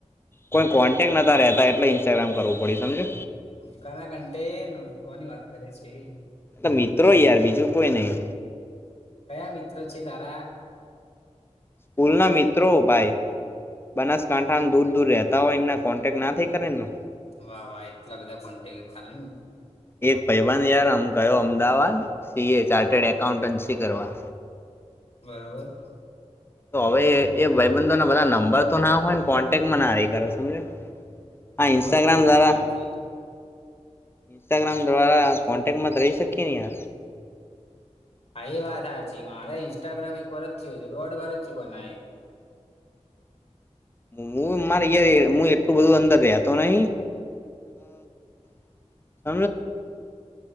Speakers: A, on the left; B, on the left.
A: કોઈ કોન્ટેક્ટ નતા રહેતા એટલે ઇન્સ્ટાગ્રામ કરવું પડે સમજે
B: કના ઘંટેે ઘની વાત કરે છે
A: એ મિત્રો યાર બીજું કોઈ નહી
B: કયા મિત્રો છે તારા
A: પૂલ ના મિત્રો ભાઈ બનાસકાંઠા દૂર દૂર રહેતા હોય એમને કોન્ટેક ના થઈ કરે એ
B: વાહ વાહ એટલા બધા કોન્ટ ખમ
A: એક ભાઈબંધ યાર આમ ગયો Ahmedabad C A, chartered accountancy કરવા.
B: બરોબર.
A: તો હવે એ ભાઈબંધોને બધા નંબર તો ના હોય ને કોન્ટેક્ટમાં ના રહી સમજ્યા. હા ઇસ્ટાગ્રામ
B: મને તો ભૂખ
A: દ્વારા.
B: લાગી
A: ઇન્સ્ટાગ્રામ દ્વારા કોન્ટેક્ટમાં તો રહી શકીએ ને યાર.
B: હા એ વાત સાચી મારે ઇન્સ્ટાગ્રામ એક વરહ જ થ્યું હજી દોઢ વરહ થ્યું બનાવી.
A: હું મારે યાર એ હું એટલું બધું અંદર <unintelligible> તો નહી <inaudible>